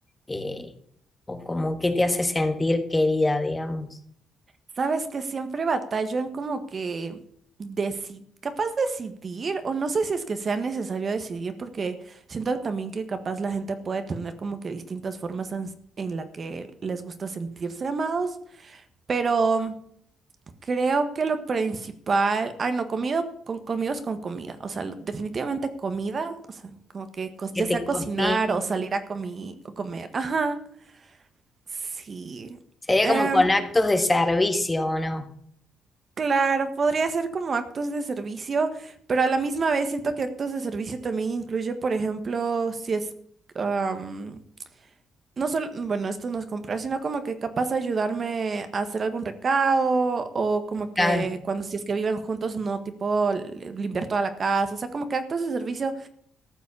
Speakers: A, on the left (about 15°); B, on the right (about 40°).
A: eh, o como qué te hace sentir querida, digamos.
B: Sabes que siempre batallo en como que deci- capaz decidir, o no sé si es que sea necesario decidir, porque siento también que capaz la gente puede tener como que distintas formas en, en la que les gusta sentirse amados, pero creo que lo principal, ay no, comido con comidos con comida, o sea, lo- definitivamente comida, o sea, como que cos-
A: ¿Qué
B: ya sea
A: te
B: cocinar
A: cocina?
B: o salir a comi- o comer, ajá. Sí.
A: Sería
B: Em,
A: como con actos de servicio, ¿o no?
B: claro, podría ser como actos de servicio, pero a la misma vez siento que actos de servicio también incluye, por ejemplo, si es, am, no solo, bueno, esto nos comprar, sino como que capaz ayudarme a hacer algún recado o como que
A: Claro,
B: cuando si es que viven juntos, no, tipo li- limpiar toda la casa, o sea, como que actos de servicio.